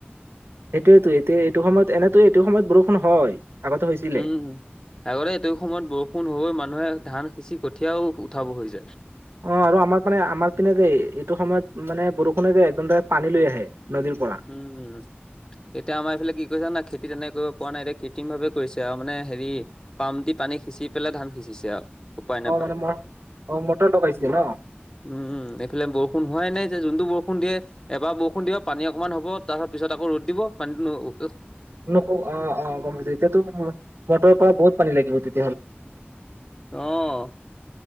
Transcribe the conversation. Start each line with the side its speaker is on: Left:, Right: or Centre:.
Right: সেইটোৱেতো এতিয়া এইটো সময়ত এনেতো এইটো সময়ত বৰষুণ হয়। আগতে হৈছিলে
Left: উম আগতে এইটো সময়ত বৰষুণ হৈ মানুহে ধান বেছি কঠীয়াও উঠাব হৈ যায়।
Right: অ' আৰু আমাৰ পানে আমাৰ পিনে যে এইটো সময়ত মানে বৰষুণে যে একদম পানী লৈ আহে। নদীৰ পৰা
Left: উম এতিয়া আমাৰ এইফালে কি কৰিছে জানা খেতি কেনেক কৰিব পোৱা নাই এতিয়া কৃত্ৰিম ভাৱে কৰিছে আৰু মানে হেৰি পাম দি পানী সিঁচি পেলাই ধান সিঁচিছে আৰু উপায় নাপায়
Right: অ মানে মই অ মটৰ লগাইছিলে ন
Left: উম এইফালে বৰষুণ হোৱাই নাই। যোনটো বৰষুণ দিয়ে এবাৰ বৰষুণ দিলে পানী অকনমান হ'ব তাৰ পিছত আকৌ ৰ'দ দিব পানীতো <unintelligible>
Right: নোকো অ অ গম পাইছো এতিয়াতো মটৰৰ পৰা বহুত পানী লাগিব তে
Left: অ'